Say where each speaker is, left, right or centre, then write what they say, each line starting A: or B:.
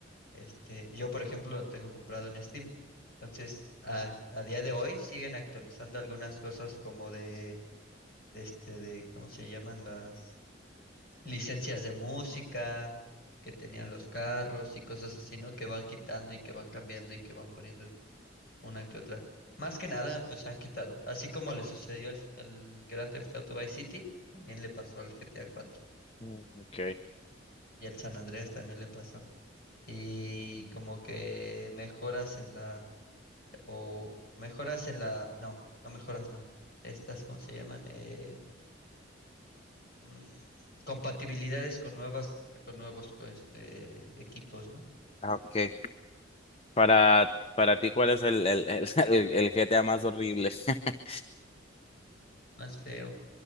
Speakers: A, on the left (about 50°); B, on the left (about 30°).
A: este, yo por ejemplo lo tengo comprado en Steam. Entonces, a, a día de hoy siguen actualizando algunas cosas como de de este, de, ¿cómo se llaman las licencias de música que tenían los carros y cosas así, ¿no? Que van quitando y que van cambiando y que van poniendo una que otra. Más que nada, pues han quitado. Así como le sucedió al, al Grand Theft Auto Vice City, también le pasó al GTA cuatro
B: Mm, Okay.
A: y al San Andreas también le pasó. Y como que mejoras en la, o mejoras en la, no, no mejoras, no. Estas, ¿cómo se llaman? Eh, mm, compatibilidades con nuevas, con nuevos co- este, equipos, ¿no?
B: Ah, Okay. Para,
A: Sí,
B: para ti, ¿cuál es el, el, el, <laughs> el el GTA más horrible? <laughs>
A: Más feo.